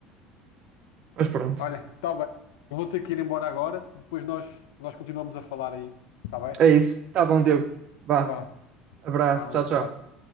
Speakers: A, on the right (about 50°); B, on the left (about 70°).
A: Mas pronto.
B: Olha, está bem. Eu Vou ter que ir embora agora, depois nós, nós continuamos a falar aí. Está bem?
A: É isso. Tá bom, Diego. Vá.
B: Tá, Vá,
A: Abraço.
B: vá,
A: Tchau,
B: um
A: tchau.
B: abraço.